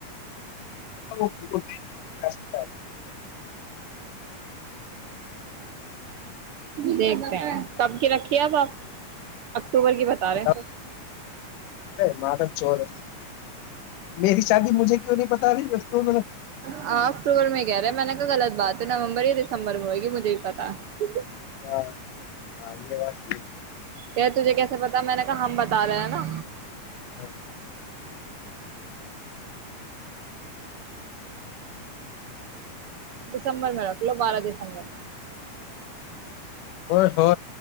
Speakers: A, on the left; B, on the right.
A: وہا
B: دیکھتے ہیں تب کی رکھی اب آپ اکتوبر کی بتا
A: بالکل
B: رہے ہیں سب
A: ماں کا چور میری شادی مجھے کیوں نہیں پتا رہی اسٹور میں
B: ہاں اکتوبر میں کہہ رہے میں نے کہ غلط بات تو نومبر یا دسمبر میں ہوئےگی مجھے ہی پتا ہے
A: ہاں ہاں یہ بات یہ <unintelligible>
B: کہ تجھے کیسے پتا میں نے کہا ہم بتا رہے ہیں نا
A: ہاں <unintelligible>
B: ڈسمبر م رک لو بارہ دسمبر
A: ہو ہو